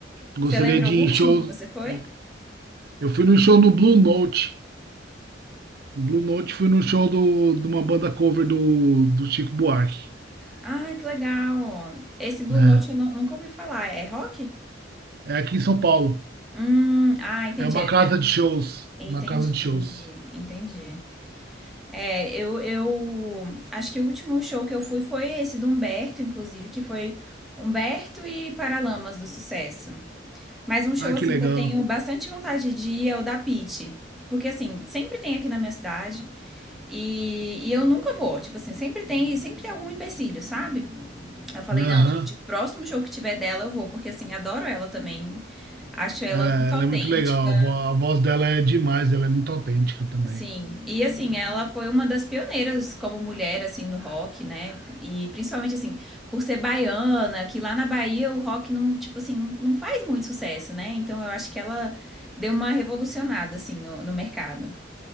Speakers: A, on the right; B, in the centre.
A: Gostaria
B: Você lembra
A: de
B: o
A: ir
B: último
A: em shows.
B: que você foi?
A: Eu eu fui num show no Blue Note. Blue Note fui num show do, de uma banda cover do, do Chico Buarque.
B: Ah, que legal. Esse Blue
A: É,
B: Note eu não- nunca ouvi falar. É rock?
A: é aqui em São Paulo.
B: Hum, ah, entendi.
A: É uma casa
B: né?
A: de shows.
B: Entendi,
A: Uma casa de shows.
B: entendi. É, eu, eu acho que o último show que eu fui foi esse do Humberto, inclusive, que foi Humberto e Paralamas do Sucesso. Mas um show
A: Ai,
B: assim
A: que legal.
B: que eu tenho bastante vontade de ir é o da Pitty. Porque assim, sempre tem aqui na minha cidade e, e eu nunca vou. Tipo assim, sempre tem, sempre tem algum empecilho, sabe? Eu falei,
A: Aham.
B: não, gente, o próximo show que tiver dela eu vou, porque assim, adoro ela também. Acho ela
A: É,
B: muito
A: ela
B: autêntica.
A: é muito legal. A vo- a voz dela é demais. Ela é muito autêntica também.
B: Sim, e assim, ela foi uma das pioneiras como mulher, assim, no rock, né? E principalmente, assim, por ser baiana, que lá na Bahia o rock não, tipo assim, não faz muito sucesso, né? Então eu acho que ela deu uma revolucionada, assim, no, no mercado.